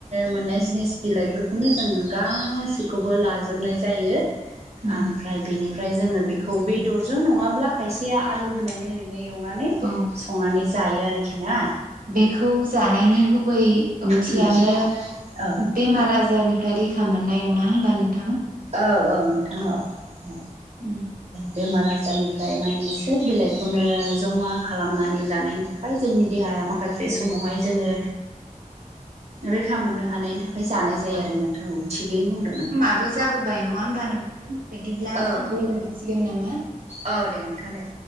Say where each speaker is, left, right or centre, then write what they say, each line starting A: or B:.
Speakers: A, on the right; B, on the right.
A: मोननाय जिनिस बिलाइफोरखौनो जोङो गासैखौबो लाजोब जोबनाय जायो।
B: उम
A: ओमफ्राय बेनिफ्राय जोङो बेखौ बेदरजों नङाब्ला खायसेया आलु होनानै ओरैनो एवनानै
B: औ
A: संनानै जायो आरोखि ना
B: बेखौ जानायनि गुबै ओंथियानो
A: औ
B: बेमार आजारनिफ्राय रैखा मोननाय नङा होमबा नोंथां?
A: औ औ नोंथां औ औ
B: उम
A: बेमार आजारनिफ्राय माने सोब बिलाइखौनो जमा खालामनानै जानायनि थाखाय जोंनि देहाया माखासे
B: ओ
A: समावहाय जोङो रैखा मोननो हानायनि थाखाय जानाय जायो आरो नोंथ' थिगैनो बुं
B: समाबो जाबोबाय नङा होमबा नोंथां बिदिब्ला
A: औ
B: उनाव
A: औ
B: लोगो मोनसिगोन नामा?
A: औ दे नोंथां दे